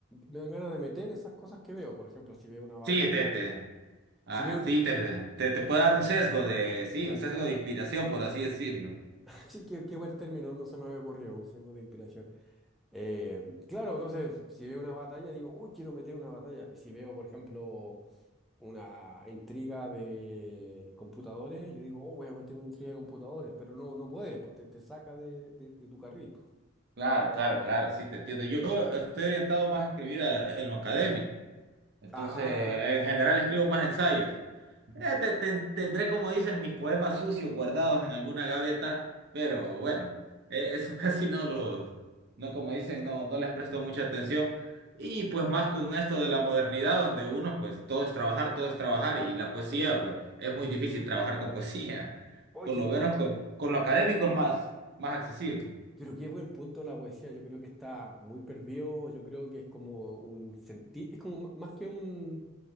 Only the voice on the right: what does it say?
Sí, Tete. Ah,
sí, te, te, te puede dar un sesgo de, sí, un sesgo de inspiración, por así decirlo.
Claro, claro, claro, sí, te entiendo. Yo estoy orientado más a escribir a- en lo académico. Entonces,
en general escribo más ensayos. Eh, te- te- tendré, como dicen, mis poemas sucios guardados en alguna gaveta, pero bueno, eh, eso <laughs> casi no los, no como dicen, no, no les presto mucha atención. Y pues más con esto de la modernidad, donde uno, pues todo es trabajar, todo es trabajar, y la poesía, pues es muy difícil trabajar con poesía. <laughs>
Por lo menos con, con lo académico es más, más accesible.